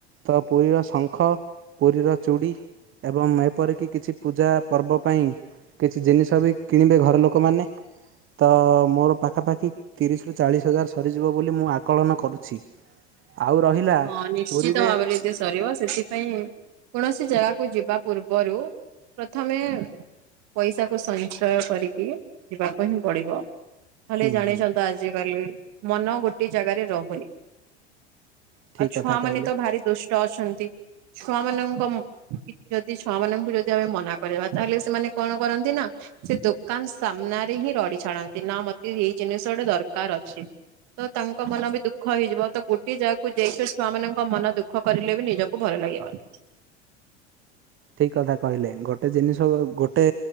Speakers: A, on the right; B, on the right.
A: ତ ପୁରୀର ଶଙ୍ଖ, ପୁରୀର ଚୁଡ଼ି ଏବଂ ଏପରିକି କିଛି ପୂଜା ପର୍ବ ପାଇଁ କିଛି ଜିନିଷ ବି କିଣିବେ ଘର ଲୋକମାନେ। ତ ମୋର ପାଖାପାଖି ତିରିଶରୁ ଚାଳିଶ ହଜାର ସରିଯିବ ବୋଲି ମୁଁ ଆକଳନ କରୁଛି। ଆଉ ରହିଲା
B: ହଁ, ନିଶ୍ଚିତ
A: ପୁରୀରେ
B: ଭାବରେ ଏତିକି ସରିବ। ସେଥିପାଇଁ କୌଣସି ଜାଗାକୁ କୁ ଯିବା ପୂର୍ବରୁ ପ୍ରଥମେ ପଇସା କୁ ସଞ୍ଚୟ କରିକି ଯିବାକୁ ହିଁ ପଡ଼ିବ। ନ ହେଲେ
A: ହୁଁ
B: ଜାଣିଛ
A: ହୁଁ
B: ତ ଆଜି କାଲି ମନ ଗୋଟେ ଜାଗାରେ ରହୁନି।
A: ଠିକ୍
B: ଆଉ ଛୁଆମାନୋନେ
A: କଥା କହିଲେ।
B: ତ ଭାରି ଦୁଷ୍ଟ ଅଛନ୍ତି। ଛୁଆ ମାନଙ୍କ ଯଦି ଛୁଆ ମାନଙ୍କୁ ଯଦି ଆମେ ମନା କରିବା, ତାହେଲେ ସେମାନେ କଣ କରନ୍ତି ନା ସେ ଦୋକାନ ସାମ୍ନାରେ ହିଁ ରଡି ଛାଡନ୍ତି ନା ମତେ ଏଇ ଜିନିଷ ଗୋଟେ ଦରକାର ଅଛି। ତ ତାଙ୍କ ମନ ବି ଦୁଃଖ ହେଇଯିବ। ତ ଗୋଟେ ଜାଗା କୁ ଯାଇକି ଛୁଆ ମାନଙ୍କ ମନ ଦୁଃଖ କରିଲେ ବି ନିଜକୁ ଭଲ ଲାଗିବନି।
A: ଠିକ କଥା କହିଲେ। ଗୋଟେ ଜିନିଷ ଗୋଟେ